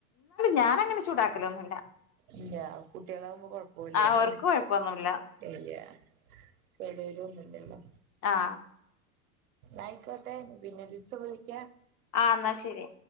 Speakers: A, on the left; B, on the right.
A: ഞാന് അങ്ങനെ ചൂടാക്കലൊന്നു ഇല്ലാ
B: ഇല്ല്യാ കുട്ടിളാവുമ്പോ കൊഴപ്പോയില്ല
A: അവർക്ക്
B: അല്ലോ
A: കൊഴപ്പൊന്നുമില്ല
B: ഇല്ല്യാ ചാടിലൊന്നില്ലല്ലോ
A: ആ
B: ആയിക്കോട്ടെ പിന്നോരീസം വിളിക്കാം
A: ആ എന്നാ ശരി